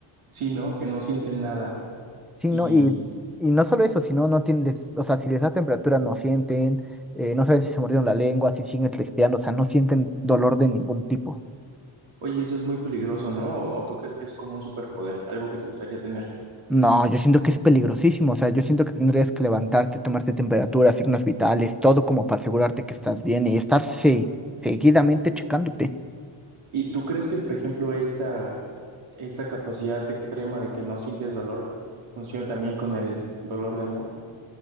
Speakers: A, on the right; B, in the centre.
A: sino que no sienten nada
B: Sí,
A: y,
B: ¿no? Y, y no solo eso, sino no tienen, les- o sea, si les da temperatura no sienten, eh, no saben si se mordieron la lengua, si siguen respirando, o sea, no sienten dolor de ningún tipo.
A: oye, eso es muy peligroso, ¿no? ¿O, o tú crees que es como un superpoder, algo que te gustaría tener?
B: No, yo siento que es peligrosísimo, o sea, yo siento que tendrías que levantarte, tomarte temperatura, signos vitales, todo como para asegurarte que estás bien y estar se- seguidamente checándote.
A: ¿Y tú crees que, por ejemplo, esta, esta capacidad extrema de que no sientes dolor funciona también con el dolor de amor?